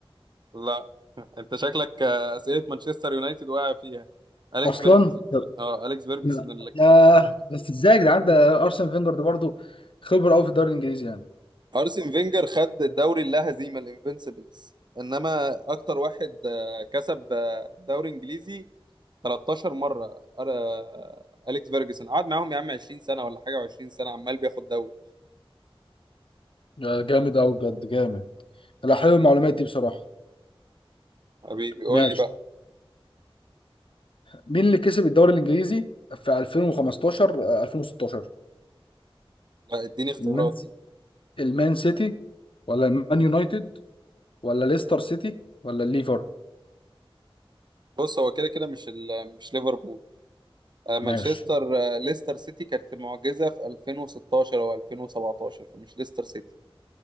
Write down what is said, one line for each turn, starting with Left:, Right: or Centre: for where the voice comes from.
Right: لا <laughs> انت شكلك آه، اسئله مانشستر يونايتد واقع فيها اليكس
Left: اصلا
Right: فيرجسون
Left: طب-
Right: اه اليكس فيرجسون
Left: لا
Right: اللي
Left: يا بس ازاي يا جدعان ده ارسن فينجر ده برضه خبره قوي في الدوري الانجليزي يعني
Right: ارسن فينجر خد الدوري اللا هزيمه الانفنسبلز انما اكتر واحد آه، كسب آه، دوري انجليزي 13 مره آه، اليكس فيرجسون قعد معاهم يا عم 20 سنه ولا حاجه و20 سنه عمال بياخد دوري
Left: يا جامد قوي بجد جامد لا حلو المعلومات دي بصراحه
Right: حبيبي بيقول
Left: ماشي
Right: لي بقى
Left: مين اللي كسب الدوري الانجليزي في 2015 آه، 2016
Right: لا اديني اختيارات
Left: المان
Right: دي
Left: المان سيتي ولا المان يونايتد ولا ليستر سيتي ولا الليفر
Right: بص هو كده كده مش ال... مش ليفربول آه، مانشستر
Left: ماشي
Right: آه، ليستر سيتي كانت المعجزه في 2016 او 2017 فمش ليستر سيتي